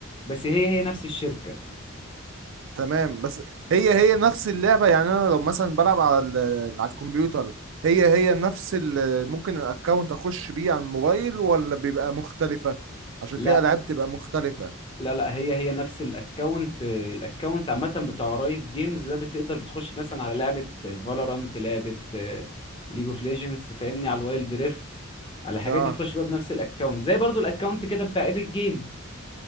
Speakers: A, on the left; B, on the right.
A: بس هي هي نفس الشركه
B: تمام بس هي هي نفس اللعبه يعني انا لو مثلا بلعب على ال- على الكمبيوتر هي هي نفس ال- ممكن الاكونت اخش بيه على الموبايل ولا بيبقى مختلفه عشان
A: لا
B: في العاب تبقى مختلفه
A: لا لا هي هي نفس الاكونت الاكونت عامه بتاع رايت جيمز ده بتقدر بتخش مثلا على لعبه فالورانت لعبه ليج اوف ليجندز فاهمني على الوايلد دريفت على الحاجات
B: اه
A: دي بتخش بقى بنفس الاكونت زي برضو الاكونت كده بتاع ايبك جيم